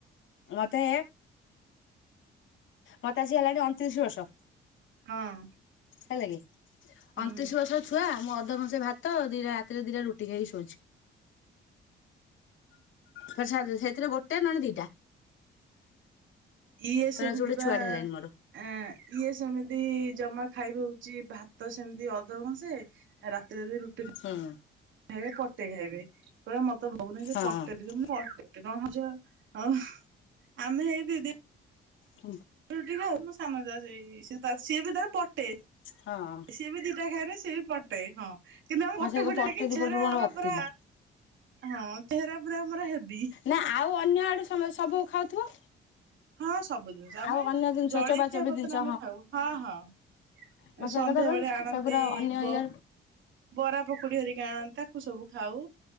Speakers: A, on the left (about 75°); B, on the right (about 70°).
A: ମତେ ମତେ ଆସି ହେଲାଣି ଅଣତିରିଶ ବର୍ଷ।
B: ହଁ
A: ହେଲା କିି
B: ହୁଁ।
A: ଅଣତିରିଶ ବର୍ଷର ଛୁଆ ମୁଁ ଅଧକଂସେ ଭାତ ତ ଦିଟା ରାତିରେ ଦିଟା ରୁଟି ଖାଇକି ଶୋଉଛି। ପ୍ରସାଦେ ରେ ସେଥିରେ ଗୋଟେ ନହେଲେ ଦିଇଟା
B: ଇଏ ସେମିତି
A: ଫେରେ ଅଛି ଗୋଟେ
B: ବା
A: ଛୁଆଟେ ହେଲାଣି ମୋର।
B: ଏଁ ଇଏ ସେମିତି ଜମା ଖାଇବ ହଉଛି ଭାତ ସେମିତି ଅଧ କଂସେ ରାତିରେ ବି ରୁଟି କ୍ଷୀ
A: ହୁଁ
B: ହେଳେ ପଟେ ଖାଇବେ କହିଲେ ମତେ ଭଉୁନି ସେ
A: ହଁ
B: ପଟେ ଟିକେ ମୁଁ ପଟେ କି କଣ ହଜ ହଉ ଆମେ ହେଇ ଦିଦି
A: ହୁଁ
B: ରୁଟି କୁ ମୁଁ ସାନ ଯା ସେଇ ସିଏତା ସିଏ ବି ତାର ପଟେ
A: ହଁ
B: ସିଏ ବି ଦିଟା ଖାଏନି ସିଏବି ପଟେ ହଁ କିନ୍ତୁ ଆମ
A: ମୋ
B: ପଟେ
A: ସେ
B: ଫଟେ
A: ପଟ
B: ଡାକି
A: ଦିପଟରୁ
B: ଚେହେରା
A: ମୋର
B: ଆମର
A: ଅତି
B: ପୁରା
A: ନୁହଁ।
B: ହଁ ଚେହେରା ପୁରା ଆମର ହେବି
A: ନା ଆଉ ଅନ୍ୟ ଆଡ଼ୁ ସମେ ସବୁ ଖାଉଥିବ?
B: ହଁ ସବୁ ଜିନିଷ ଆମେ
A: ଆଉ ଅନ୍ୟ ଜିନିଷ
B: ଜଳେଇଖିଆ
A: ଚୋବା ଚୋବି
B: ପତରେ
A: ଜିନିଷ
B: ଆମେ ଖାଉ ହଁ ହଁ
A: ମୁଁ
B: ଏ ସନ୍ଧ୍ୟାବେଳେ
A: ସେଇ କଥା କହୁଛି
B: ଆଣନ୍ତି
A: ସେଗୁରା ଅନ୍ୟ
B: ବ
A: ଇଏ
B: ବରା ପକୁଡି ହେରିକା ଆଣନ୍ତି ତାକୁ ସବୁ ଖାଉ